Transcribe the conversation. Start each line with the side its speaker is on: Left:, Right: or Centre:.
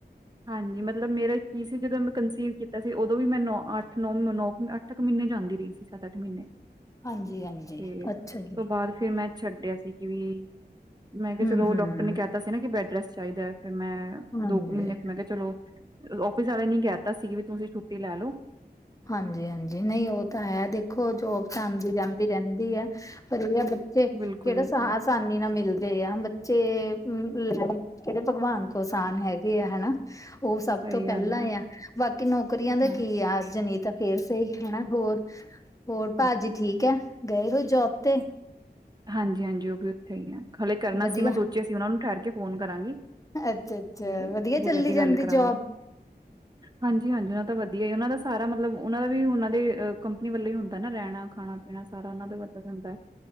Right: ਹਾਂਜੀ, ਮਤਲਬ ਮੇਰਾ ਕੀ ਸੀ। ਜਦੋਂ ਮੈਂ ਕੰਸੀਵ ਕੀਤਾ ਸੀ। ਉਦੋਂ ਵੀ ਮੈਂ ਨੌ, ਅੱਠ ਨੌ-ਨੌ ਮ ਇੱਕ ਮਹੀਨੇ ਤਕ ਜਾਂਦੀ ਰਹੀ ਸੀ। ਸੱਤ- ਅੱਠ ਮਹੀਨੇ
Left: ਹਾਂਜੀ ਹਾਂਜੀ
Right: ਤੇ,
Left: ਅੱਛਾ
Right: ਉਸ
Left: ਜੀ
Right: ਤੋਂ ਬਾਅਦ ਫੇਰ ਮੈਂ ਛੱਡਿਆ ਸੀ। ਕਿ ਵੀ ਮੈਂ ਕਿਹਾ
Left: ਹਮ
Right: ਚਲੋ
Left: ਹਮ
Right: ਡਾਕਟਰ ਨੇ ਕਹਿਤਾ ਸੀ ਨਾ ਕਿ ਬੈਡ ਰੈਸਟ ਚਾਹੀਦਾ। ਫੇਰ ਮੈਂ
Left: ਹਾਂਜੀ
Right: ਦੋ ਕੁ ਮਹੀਨੇ ਮੈਂ ਕਿਹਾ ਚਲੋ, ਔਫਿਸ ਵਾਲੇ ਨੇ ਕਹਿ ਦਿੱਤਾ ਸੀ। ਤੁਸੀਂ ਛੁੱਟੀ ਲੈ ਲਓ।
Left: ਹਾਂਜੀ-ਹਾਂਜੀ ਨਹੀਂ ਉਹ ਤਾਂ ਹੈ। ਦੇਖੋ ਜੋਬ ਤਾਂ ਆਂਉਦੀ ਜਾਂਦੀ ਰਹਿੰਦੀ ਆ। ਪਰ ਇਹ ਆ ਬ ਬੱਚੇ,
Right: ਬਿਲਕੁਲ-ਬਿਲਕੁਲ
Left: ਕਿਹੜੇ ਸਾਹਸ ਆਸਾਨੀ ਨਾਲ ਮਿਲਦੇ ਆ। ਬੱਚੇ, ਲੈ ਕਿਹੜੇ ਭਗਵਾਨ ਕੋ ਆਸਾਨ ਹੈਗੇ ਆ, ਹੈਨਾ। ਉਹ ਸਭ
Right: ਸਹੀ
Left: ਤੋਂ ਪਹਿਲਾਂ
Right: ਗੱਲ ਹੈ
Left: ਆ। ਬਾਕੀ ਨੌਕਰੀਆਂ ਦਾ
Right: ਹਾਂ
Left: ਕੀ, ਅਜ ਨੀ ਤ ਫੇਰ ਸਈ ਹੈਨਾ ਹੋਰ, ਹੋਰ ਭਾਅਜੀ
Right: ਬਿਲਕੁਲ
Left: ਠੀਕ ਐ ਗਏ ਹੋੋਏ ਜੋਬ ਤੇ?
Right: ਹਾਂਜੀ-ਹਾਂਜੀ ਓ ਵੀ ਉੱਥੇ ਹੀ ਆ ਹਾਲੇ ਕਰਨਾ
Left: ਵਧੀਆ
Right: ਸੀ ਮੈਂ ਸੋਚਿਆ ਸੀ ਉਨਾਂ ਨੂੰ ਠਹਿਰ ਕੇ ਫ਼ੋਨ ਕਰਾਂਗੀ। ਤੇ
Left: ਅੱਛਾ-ਅੱਛਾ ਵਧੀਆ
Right: ਗੁੜੀਆਂ
Left: ਚੱਲੀ
Right: ਦੀ
Left: ਜਾਂਦੀ
Right: ਗੱਲ ਕਰਾਵਾਂਗੀ।
Left: ਜੋਬ?
Right: ਹਾਂਜੀ-ਹਾਂਜੀ ਉਨਾਂ ਦਾ ਵਧੀਆ ਉਨਾਂ ਦਾ ਸਾਰਾ ਮਤਲਬ ਉਨਾਂ ਦਾ ਵੀ ਉਨਾਂ ਦੇ ਅ ਕੰਪਨੀ ਵੱਲੋਂ ਈ ਹੁੰਦਾ ਨਾ ਰੈਂਣਾ, ਖਾਣਾ ਪੀਣਾ ਸਾਰਾ ਉਨਾਂ ਦੇ ਵਲੋਂ ਈ ਹੁੰਦਾ ਐ